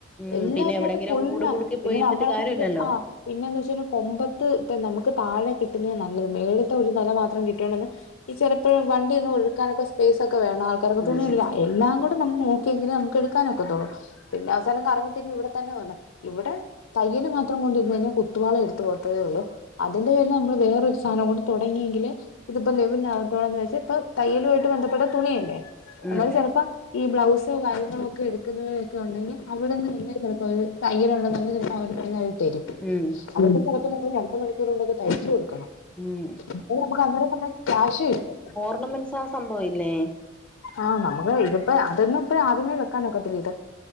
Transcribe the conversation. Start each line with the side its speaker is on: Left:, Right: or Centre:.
Centre: ഉം
Left: എല്ലാത്തിനകത്തും
Centre: പിന്നെ എവിടെങ്കിലും
Left: ഫുള്ളാ
Centre: ഊട് കുടുക്കി
Left: പിന്നെ
Centre: പോയിരുന്നിട്ട്
Left: നമ്മളെന്താട്ടാ
Centre: കാര്യമില്ലല്ലോ
Left: ആ പിന്നെന്ന് വെച്ചാല് കൊമ്പത്ത് ഇപ്പം നമ്മക്ക് താഴെ കിട്ടുന്നേ നല്ലത് മേളിത്തെ ഒരു നെല മാത്രം കിട്ട്യോണ്ടൊന്നും ഈ ചെലപ്പഴെ വണ്ടി ഒന്നും ഒതുക്കാനൊക്കെ സ്പേസ് ഒക്ക വേണം ആൾക്കാരികൊക്കെ
Centre: ഉം
Left: തുണിയെടു എല്ലാം കൂടി നമ്മൾ നോയെങ്കിലേ നമ്മക്ക് എടുക്കാൻ ഒക്കത്തൊള്ളൂ എടുക്കാനൊക്കെത്തൊള്ളൂ പിന്നെ അവസാനം കറങ്ങിതിരിഞ്ഞ് ഇവിടെ തന്നെ വന്നു ഇവ്ടെ തയ്യല് മാത്രം കൊണ്ടിരുന്നയ്ഞ്ഞാ കുത്തുപാള എടുത്തു പോകത്തേ ഉള്ളൂ അതിന്റെ പേരില് നമ്മള് വേറൊരു സാധനം കൂടി തൊടങ്ങിയെങ്കില് ഇതിപ്പോ ലെവലാവത്തോന്ന് വെച്ചാ ഇപ്പൊ തയ്യലുവായിട്ട് ബന്ധപ്പെട്ട തുണിയല്ലേ
Centre: ഉം
Left: അന്നേരം ചെലപ്പോ ഈ ബ്ലൗസോ കാര്യങ്ങളോക്കെ എടുക്കുന്നവരൊക്കെ ഉണ്ടെങ്കി അവിടെന്ന് പിന്നെ ചിലപ്പോ അവര് തയ്യലുണ്ടെന്ന് പറഞ്ഞാ ചിലപ്പോ അവര് തന്നെ തരും
Centre: ഉം
Left: <unintelligible> നമ്മള് രണ്ട് മണിക്കൂനുള്ളില് തയ്ച്ച കൊടുക്കണം
Centre: ഉം
Left: <unintelligible> നമ്മുക്ക് അന്നേരം തന്നെ ക്യാഷ് കിട്ടും
Centre: ടൂർണമെൻസ് ആ സംഭവില്ലേ
Left: ആ നമുക്ക് ഇതിപ്പോ അതോന്നും ഇപ്പോ ആദ്യമേ വെക്കാനോക്കത്തില്ല ഇത്